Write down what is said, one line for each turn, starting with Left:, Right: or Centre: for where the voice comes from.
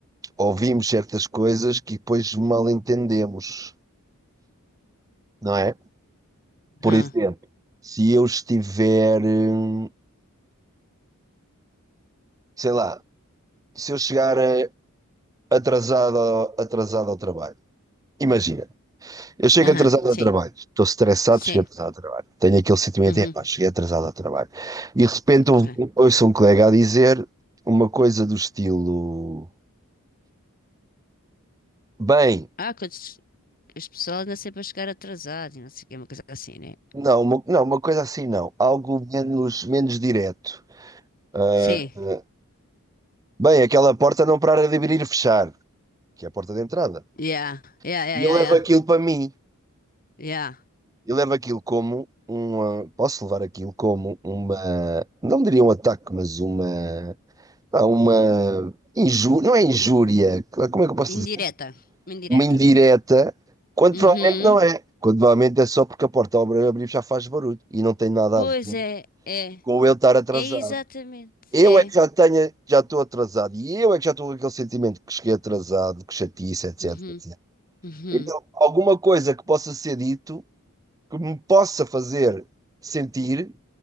Right: ouvimos certas coisas que depois mal entendemos, não é? Por
Left: Ah,
Right: exemplo, se eu estiver, hum, sei lá, se eu chegar eh, atrasado, ao- atrasado ao trabalho. Imagina, eu chego
Left: aham,
Right: atrasado
Left: sim,
Right: ao trabalho, estou estressado,
Left: sim.
Right: cheguei atrasado ao trabalho. Tenho aquele sentimento,
Left: Uhum,
Right: é, pá, cheguei atrasado ao trabalho. E de repente
Left: ok.
Right: ou- ouço um colega a dizer uma coisa do estilo, bem,
Left: Ah, quando as as pessoas nascem para chegar atrasado, e não sei o que, uma coisa assim, né?
Right: não, uma, não, uma coisa assim não, algo menos, menos direto. Ah,
Left: Sim,
Right: Bem, aquela porta não para de abrir e fechar, que é a porta de entrada.
Left: yeah, yeah, yeah,
Right: E
Left: yeah,
Right: eu levo
Left: yeah.
Right: aquilo para mim.
Left: yeah.
Right: Eu levo aquilo como uma. Posso levar aquilo como uma. Não diria um ataque, mas uma. pá, Uma. Injú... Não é injúria. Como é que eu posso
Left: Indireta,
Right: dizer?
Left: indireta.
Right: Uma indireta, quando
Left: Uhum,
Right: provavelmente não é. Quando provavelmente é só porque a porta ao abrir já faz barulho e não tem nada
Left: pois
Right: a ver
Left: é, é,
Right: com eu estar atrasado.
Left: é exatamente,
Right: Eu
Left: é.
Right: é que já tenho, já estou atrasado e eu é que já estou com aquele sentimento que cheguei atrasado, que chatice, etc.
Left: Uhum, uhum,
Right: Então, alguma coisa que possa ser dito que me possa fazer sentir